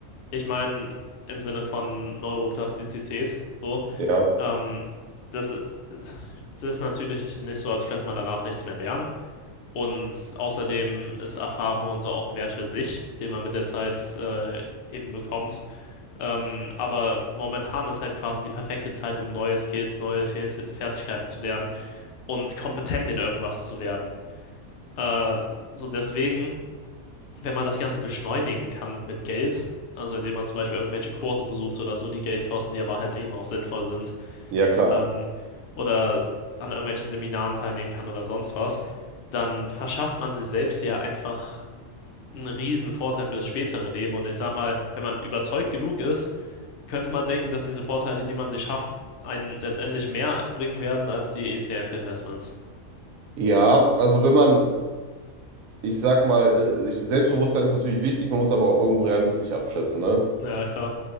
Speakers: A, on the left; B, on the right.
A: ich meine, im Sinne von Neuroplastizität, so.
B: ja,
A: Ähm, das, es ist natürlich nicht so, als könnte man danach nichts mehr lernen. Und außerdem ist Erfahrung und so auch ein Wert für sich, den man mit der Zeit äh, eben bekommt. Ähm, aber momentan ist halt quasi die perfekte Zeit, um neue Skills, neue Fe- Fertigkeiten zu lernen und kompetent in irgendwas zu werden. Äh, so deswegen, wenn man das Ganze beschleunigen kann mit Geld, also indem man zum Beispiel irgendwelche Kurse besucht oder so, die Geld kosten, die aber halt eben auch sinnvoll sind
B: ja, klar.
A: ähm, oder an irgendwelchen Seminaren teilnehmen kann oder sonst was, dann verschafft man sich selbst ja einfach einen riesen Vorteil fürs spätere Leben. Und ich sag mal, wenn man überzeugt genug ist, könnte man denken, dass diese Vorteile, die man sich schafft, einen letztendlich mehr bringen werden als die ETF-Investments.
B: Ja, also wenn man, ich sag mal, äh, ich- Selbstbewusstsein ist natürlich wichtig, man muss aber auch irgendwo realistisch abschätzen, ne?
A: Ja, klar.